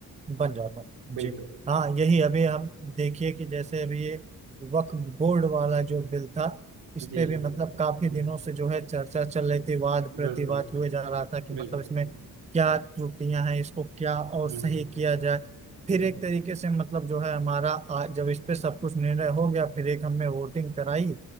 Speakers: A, on the right; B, on the right.
A: बन जाता है
B: बिल्कुल
A: जी हाँ यही अभी हम देखिए कि जैसे अभी ये वक्फ बोर्ड वाला जो बिल था इस
B: जी
A: पे भी
B: जी
A: मतलब काफी
B: हम्म,
A: दिनों से जो है चर्चा चल रही थी वाद प्रतिवाद
B: बिल्कुल
A: हुए जा रहा था कि
B: बिल्कुल
A: मतलब इसमें क्या त्रुटियां हैं इसको क्या और
B: हम्म
A: सही किया जाए फिर
B: बिल्कुल
A: एक तरीके से मतलब जो है हमारा आ, जब इस पे सब कुछ निर्णय हो गया फिर एक हमने वोटिंग कराई